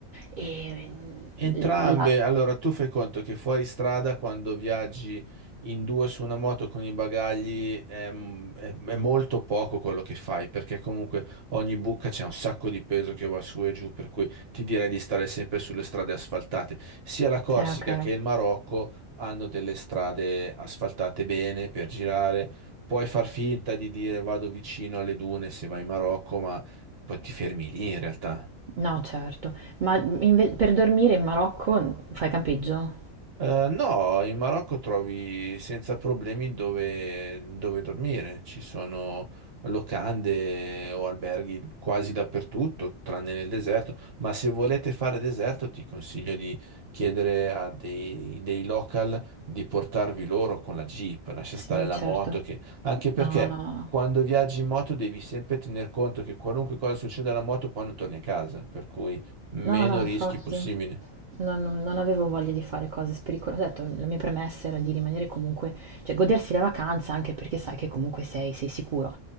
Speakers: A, on the right; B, on the right.
A: e
B: Entrambe,
A: mm, la...
B: allora tu fai conto che fuori strada quando viaggi in due su una moto con i bagagli è, m- è- è molto poco quello che fai perché comunque ogni buca c'è un sacco di peso che va su e giù, per cui ti direi di stare sempre sulle strade asfaltate. Sia la Corsica
A: Eh, ok,
B: che il Marocco hanno delle strade asfaltate bene per girare, puoi far finta di dire vado vicino alle dune se vai in Marocco, ma poi ti fermi lì in realtà.
A: no, certo. Ma mm, inve- per dormire in Marocco mm, fai campeggio?
B: Eh, no, in Marocco trovi senza problemi dove, dove dormire. Ci sono locande o alberghi quasi dappertutto, tranne nel deserto. Ma se volete fare deserto, ti consiglio di chiedere a dei, dei local di portarvi loro con la Jeep. Lascia
A: Sì,
B: stare la
A: certo.
B: moto, che... anche perché
A: No, no, no, no.
B: quando viaggi in moto devi sempre tener conto che qualunque cosa succeda alla moto, poi non torni a casa. Per cui meno
A: No, no, infatti.
B: rischi possibili.
A: Non, non avevo voglia di fare cose pericolose. Ho detto, la mia premessa era di rimanere comunque, cioè godersi la vacanza anche perché sai che comunque sei, sei sicuro.